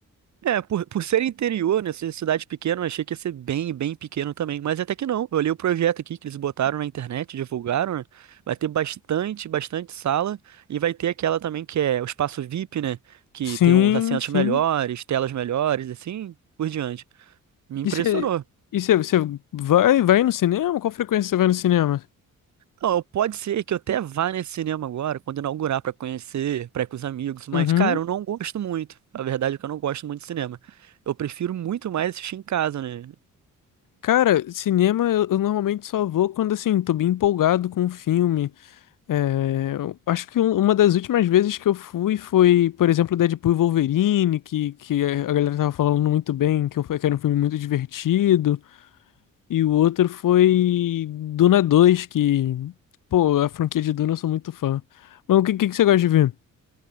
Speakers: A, on the right (about 60°); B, on the left (about 80°).
A: É, por, por ser interior, né, ser cidade pequena, eu achei que ia ser bem, bem pequeno também, mas até que não. Eu olhei o projeto aqui que eles botaram na internet, divulgaram, né? Vai ter bastante, bastante sala, e vai ter aquela também que é o espaço VIP, né? Que
B: Sim,
A: tem uns assentos
B: sim.
A: melhores, telas melhores, assim, por diante. Me impressionou.
B: E você. E você você vai, vai no cinema? Qual frequência você vai no cinema?
A: Não, pode ser que eu até vá nesse cinema agora, quando inaugurar, pra conhecer, pra ir com os amigos, mas,
B: Uhum.
A: cara, eu não gosto muito. A verdade é que eu não gosto muito de cinema. Eu prefiro muito mais assistir em casa, né?
B: Cara, cinema eu, eu normalmente só vou quando assim, tô bem empolgado com o filme. É, eu acho que um- uma das últimas vezes que eu fui foi, por exemplo, Deadpool e Wolverine, que, que a galera tava falando muito bem, que eu- que era um filme muito divertido. E o outro foi Duna dois que, pô, a franquia de Duna eu sou muito fã. Mas o que, que, que você gosta de ver?